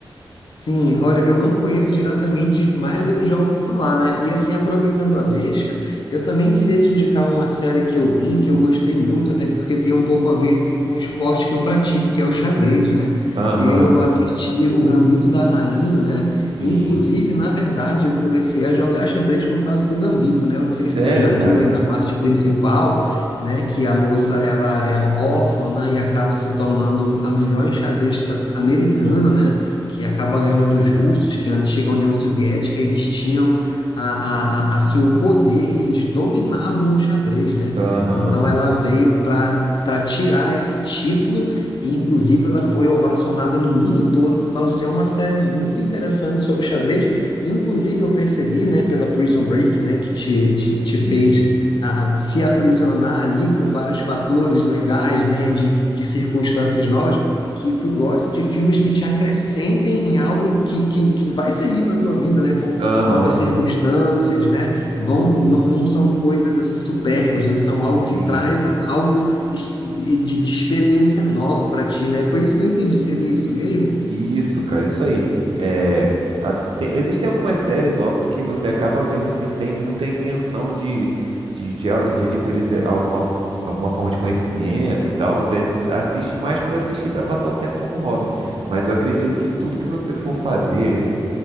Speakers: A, on the left (about 60°); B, on the right (about 80°).
A: Sim, olha, eu não conheço diretamente, mas eu já ouvi falar, né? E assim, aproveitando a deixa, eu também queria te indicar uma série que eu vi, que eu gostei muito, até porque tem um pouco a ver com o esporte que eu pratico, que é o xadrez, né?
B: Aham,
A: Eu assisti o Gambito da Rainha, né?
B: sim.
A: Inclusive, na verdade, eu comecei a jogar xadrez por causa do Gambito, né? Eu não
B: Sério,
A: sei se tu já
B: cara?
A: viu aí na parte principal, né, que a moça ela é órfã, né, e acaba se tornando a melhor enxadrista americana, né? que acaba ganhando dos russos, que é a antiga União Soviética, eles tinham a, a- a- assim o poder, eles dominavam o xadrez, né?
B: Aham,
A: Então ela veio para para tirar esse título e inclusive ela foi ovacionada no mundo todo por causa de ser uma série muito interessante sobre xadrez. Inclusive eu percebi, né, pela Prison Break, né, que te, te, te fez
B: sim.
A: ah, se aprisionar ali com vários fatores legais, né, de, de circunstâncias novas que tu gosta de filmes que te acrescentem em algo que, que, que vai servir para a tua vida, né? Como
B: Aham,
A: novas circunstâncias, né? Vão, não, não são coisas assim, supérfluas, né? São
B: sim.
A: algo que traz algo es- de, de experiência nova para ti, né? Foi isso que eu entendi. Seria isso mesmo?
B: Isso, cara, isso aí. É, a- te- existem algumas séries, óbvio, que você acaba vendo assim, sem muita intenção de, de, de, al- de adquirir se- alguma, alguma forma de conhecimento e tal. Você assiste mais por assistir, para passar o tempo como hobby. Mas eu acredito que tudo que você for fazer,